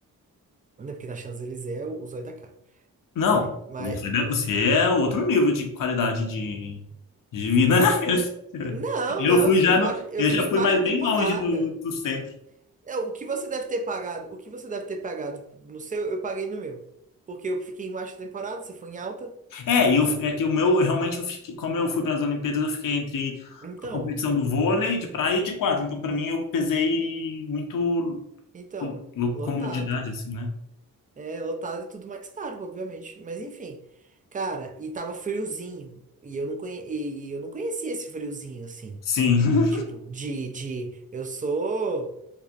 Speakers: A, on the right; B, on the left.
A: Né? Porque na Champs-Élysées é o o zóio da cara,
B: Não,
A: né? Mas,
B: você, né, você é outro nível de qualidade de, de vida, né?
A: não,
B: <laughs> Eu
A: não,
B: fui
A: eu fui
B: já
A: em
B: no,
A: baixa, eu
B: eu
A: fui
B: já fui
A: em baixa
B: mais
A: temporada.
B: bem longe do, do centro.
A: É, o que você deve ter pagado, o que você deve ter pagado no seu, eu paguei no meu. Porque eu fiquei em baixa temporada, você foi em alta.
B: É, e eu, é que o meu, realmente, eu fiquei- como eu fui para as Olimpíadas, eu fiquei entre
A: Então,
B: a competição do vôlei, de praia e de quadro. Então, para mim, eu pesei muito
A: então,
B: com- lo-
A: lotado.
B: comodidade, assim, né?
A: É, lotado e tudo mais caro, obviamente. Mas enfim. Cara, e tava friozinho. E eu não conhe... e, e eu não conhecia esse friozinho, assim.
B: Sim,
A: Tipo, de, de... Eu sou...